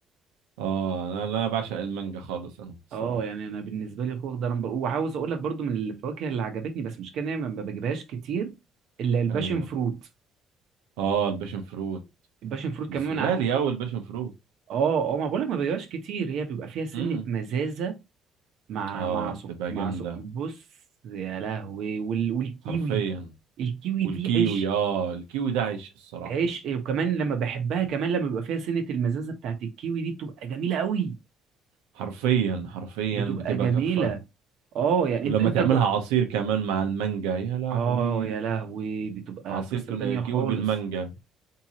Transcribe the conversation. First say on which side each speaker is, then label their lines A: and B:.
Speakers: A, on the right; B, on the right.
A: اه انا انا بعشق المانجا خالص انا الصراحه
B: اه يعني انا بالنسبه لي الخوخ ده نمبر وعاوز اقول لك برضو من الفواكه اللي عجبتني بس مش كده ان هي ما ما بجيبهاش كتير الا الباشن
A: ايوه
B: فروت
A: اه الباشن فروت
B: الباشا المفروض كمان
A: بس غالي
B: ع-
A: اوي الباشن فروت
B: اه اه ما بقولك ما بيبقاش كتير هي بيبقى فيها سنة
A: امم
B: مزازة مع
A: اه
B: مع سك...
A: بتبقى
B: مع
A: جامده
B: سك... بص يا لهوي وال... والكيوي
A: حرفيا
B: الكيوي
A: والكيوي
B: دي عيش
A: اه الكيوي ده عيش الصراحة
B: عيش إيه، وكمان لما بحبها كمان لما بيبقى فيها سنة المزازة بتاعت الكيوي دي بتبقى جميلة قوي
A: حرفيا حرفيا
B: بتبقى
A: بتبقى
B: جميلة
A: تحفة
B: اه يعني
A: ولما
B: انت انت
A: تعملها
B: جر...
A: عصير كمان مع المانجا يا لهوي
B: اه يا لهوي بتبقى
A: عصير
B: قصة
A: كن-
B: تانية
A: كيوي
B: خالص
A: بالمانجا